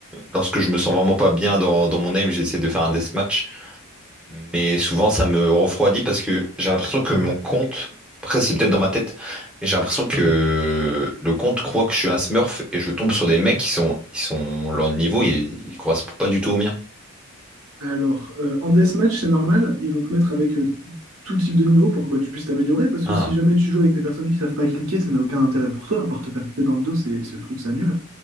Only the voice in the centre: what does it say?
Lorsque je me sens vraiment pas bien dans, dans mon aim, j'essaie de faire un deathmatch. Mais souvent, ça me refroidit parce que j'ai l'impression que mon compte, après, c'est peut-être dans ma tête, mais j'ai l'impression que le compte croit que je suis un smurf et je tombe sur des mecs qui sont, ils sont, leur niveau, ils, ils correspondent pas du tout au mien.
Ah.